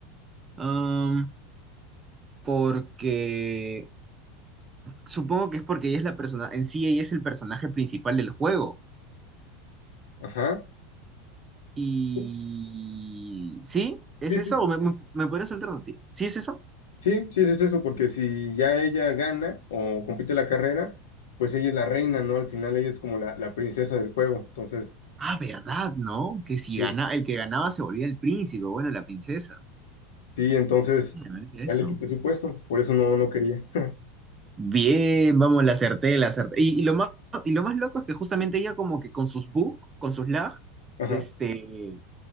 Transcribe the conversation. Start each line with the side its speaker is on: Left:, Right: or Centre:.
Right: Um, porque Supongo que es porque ella es la persona, en sí ella es el personaje principal del juego.
Left: Ajá.
Right: Y...
Left: Sí,
Right: ¿Sí? ¿Es
Left: sí,
Right: eso?
Left: sí,
Right: ¿O me, me, me podrías alternativa? ¿Sí es eso?
Left: sí, sí, es eso, porque si ya ella gana o compite la carrera, pues ella es la reina, ¿no? Al final ella es como la, la princesa del juego. Entonces,
Right: Ah, ¿verdad, no? Que si
Left: Sí,
Right: gana, el que ganaba se volvía el príncipe, bueno, la princesa.
Left: sí, entonces
Right: Se me olvidó eso.
Left: ya le quité su puesto, por eso no, no quería. <laughs>
Right: Bien, vamos, la acerté, la acerté. Y, y lo más, y lo más loco es que justamente ella como que con sus bugs, con sus lag,
Left: Ajá.
Right: este,